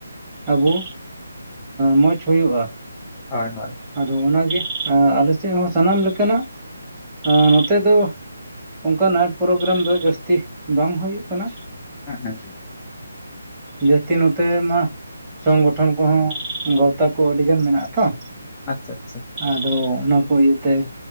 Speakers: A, on the right (about 15°); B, on the left (about 15°).
A: ᱟᱵᱩ ᱢᱚᱸᱡᱽ ᱦᱩᱭᱩᱜᱼᱟ
B: ᱦᱳᱭ ᱦᱳᱭ
A: ᱟᱫᱚ ᱚᱱᱟ ᱜᱮ ᱟᱞᱮ ᱥᱮᱫ ᱦᱚᱸ ᱥᱟᱱᱟᱢ ᱞᱮᱠᱟᱱᱟᱜ ᱟ ᱱᱚᱛᱮ ᱫᱚ ᱚᱱᱠᱟ ᱱᱟᱭᱤᱴ ᱯᱨᱳᱜᱨᱟᱢ ᱫᱚ ᱡᱟᱹᱥᱛᱤ ᱵᱟᱝ ᱦᱩᱭᱩᱜ ᱠᱟᱱᱟ
B: ᱦᱮᱸ ᱦᱮᱸ
A: ᱡᱟᱹᱥᱛᱤ ᱱᱚᱛᱮᱭ ᱢᱟ ᱥᱚᱝᱜᱚᱴᱷᱚᱱ ᱠᱚᱦᱚᱸ ᱜᱟᱶᱛᱟ ᱠᱚ ᱟᱹᱰᱤ ᱜᱟᱱ ᱢᱮᱱᱟᱜᱼᱟ ᱛᱚ
B: ᱟᱪᱪᱷᱟ ᱟᱪᱪᱷᱟ
A: ᱟᱫᱚ ᱚᱱᱟ ᱠᱚ ᱤᱭᱟᱹ ᱛᱮᱼᱼ